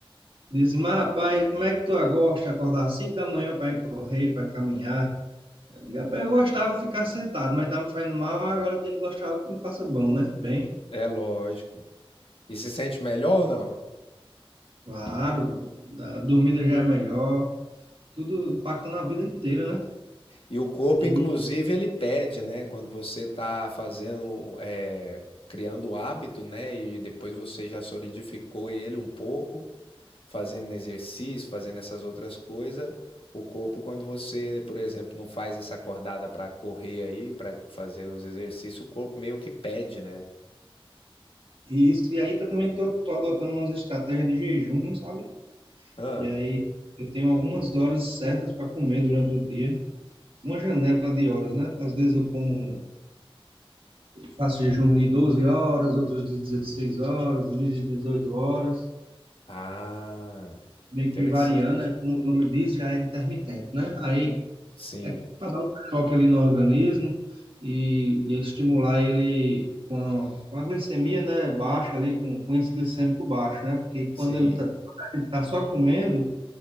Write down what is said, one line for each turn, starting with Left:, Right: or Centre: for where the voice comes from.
Right: diz assim, mas rapaz, como é que tu gosta de acordar às 5 da manhã para ir correr, para caminhar? Rapaz, Eu gostava de ficar sentado, mas tá me fazendo mal, aí agora eu tenho que gostar de algo que me faça bom, né? Bem,
Left: é lógico. E se sente melhor ou não?
Right: claro, a dormida já é melhor, tudo impacta na vida inteira, né?
Left: E o corpo,
Right: E,
Left: inclusive, ele pede, né? Quando você está fazendo, é, criando o hábito, né? E depois você já solidificou ele um pouco, fazendo exercício, fazendo essas outras coisas. O corpo, quando você, por exemplo, não faz essa acordada para correr aí, para fazer os exercícios, o corpo meio que pede, né?
Right: e isso, e aí também tô, tô adotando umas estratégias de jejum, sabe?
Left: Ah,
Right: E aí eu tenho algumas horas certas para comer durante o dia, uma janela de horas, né? Às vezes eu como, faço jejum de 12 horas, outros de 16 horas, outros de 18 horas,
Left: ah,
Right: meio
Left: interessante.
Right: que variando, né? como o nome diz, já é intermitente, né? Aí
Left: Sim,
Right: é para dar um choque ali no organismo e, e estimular ele com a, com a glicemia, né, baixa ali, com o índice glicêmico baixo, né? Porque quando
Left: sim,
Right: ele tá, quando a gente tá só comendo